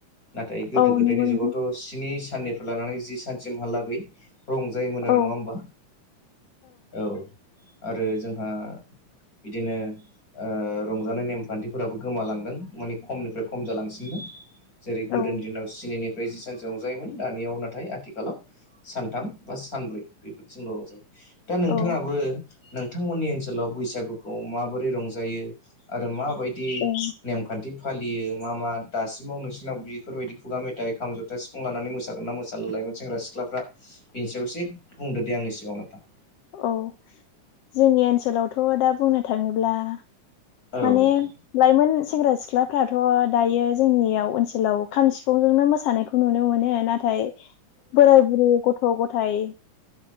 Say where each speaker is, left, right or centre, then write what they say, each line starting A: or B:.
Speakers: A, on the left; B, on the left.
A: नाथाय गोदो
B: औ
A: गोदायनि
B: नंगौ
A: जुगावथ'
B: नोंथां
A: स्नि साननिफ्राय लानानै जि सानसिमहालागै रंजायोमोन
B: औ
A: आरो नङा होमबा? औ। आरो जोंहा बिदिनो ओ रंजानाय नेमखान्थिफोराबो गोमालांदों माने खमनिफ्राय खम जालांसिनदों। जेरै गोदो
B: औ
A: दिनाव स्निनिफ्राय जि सानसो रंजायोमोन दानियाव नाथाय आथिखालाव सानथाम बा सानब्रै बेफोरजोंल' रंजायो। दा नोंथाङाबो
B: औ
A: नोंथांमोननि ओनसोलाव बैसागुखौ माबोरै रंजायो आरो माबायदि
B: ओं
A: नेम खान्थि फालियो मा मा दासिमाव नोंसिनाव बेफोरबायदि खुगा मेथाइ खाम, जथा, सि फुं लानानै मोसागोन ना मोसाला लाइमोन सेंग्रा सिख्लाफ्रा बेनि सायाव एसे बुंदो दे आंनि सिगाङाव नोंथां।
B: औ, जोंनि ओनसोलावथ' दा बुंनो थाङोब्ला
A: औ
B: माने
A: नोंथां
B: लाइमोन सेंग्रा सिख्लाफ्राथ' दायो जोंनियाव ओनसोलाव खाम सिफुंजोंनो मोसानायखौ खौ नुनो मोनो। नाथाय बोराय बुरै गथ' गथाय